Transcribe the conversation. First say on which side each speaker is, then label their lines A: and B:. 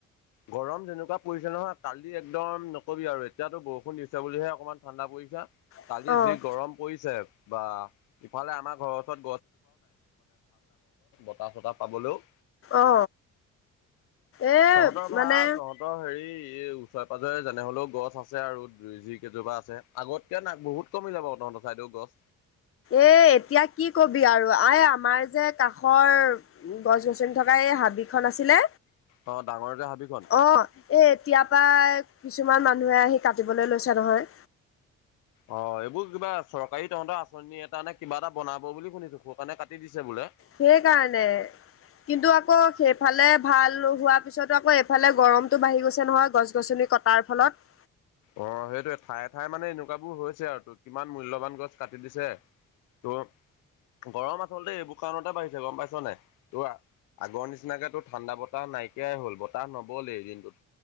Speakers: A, on the left; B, on the left.
A: গৰম যেনেকুৱা পৰিছে নহয় কালি একদম নকবি আৰু এতিয়াতো বৰষুণ দিছে বুলিহে অকণমান। ঠাণ্ডা পৰিছে
B: অ'
A: কালি যি গৰম পৰিছে। বা ইফালে আমাৰ ঘৰৰ ওচৰত বতাহ-চতাহ পাবলৈও।
B: অ, এ
A: তহঁতৰ
B: মানে
A: ভাল তহঁতৰ হেৰি এই ওচৰে পাজৰে যেনে হ'লেও গছ আছে আৰুই যই কেইজোপা আছে। আগতকে না বহুত কমি যাব তহঁৰ চাইদেউ গছ।
B: এ, এতিয়া কি কবি আৰু আ আমাৰ যে কাষৰ গছ-গছনি থকা এই হাবি খ আছিলে,
A: অ ডাঙৰ যে হাবিখন।
B: অ'। এ, এতিয়াৰ পৰা কিছুমান মানুহে আহি কাটিবলৈ লৈছে নহয়।
A: অ, এইবোৰ কিবা চৰকাৰী তহঁতৰ আঁচনি এটা নে কিবা এটা বনাব বুলি শুনিছো খ কাৰণে কাটি দিছে বোলে।
B: সেইকাৰণে কিন্তু আকৌ সেইফালে ভাল হোৱাৰ পিছতো আকৌ এইফালে গৰমটো বাঢ়ি গৈছে নহয় গছ-গছনি ক তাৰ ফলত
A: অ, সেইটোৱে ঠায়ে ঠায়ে মানে এনেকুৱাবোৰ হৈছে আৰু ত কিমান মূল্যবান গছ কাটি দিছে। তোৰ গৰম আচলতে এইবোৰ কাৰণতে বাঢ়িছে গৰম পাইছ নে তোৰ আগৰ নিচিনাকেত তো ঠাণ্ডা বতাহ নাইকিয়াই হ'ল বতাহ নবলেই দিনটোত